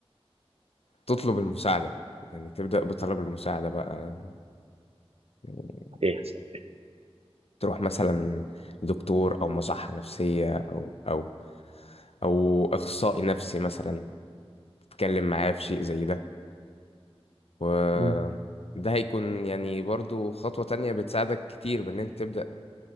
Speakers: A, on the left; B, on the right.
A: تطلب المساعدة يعني تبدأ بطلب المساعدة بقى يعني
B: صحيح صح
A: تروح مثلا لدكتور او مصحة نفسية او او او اخصائي نفسي مثلا تتكلم معاه في شيء زي ده و
B: مم.
A: ده هيكون يعني برضو خطوة تانية بتساعدك كتير بان انت تبدأ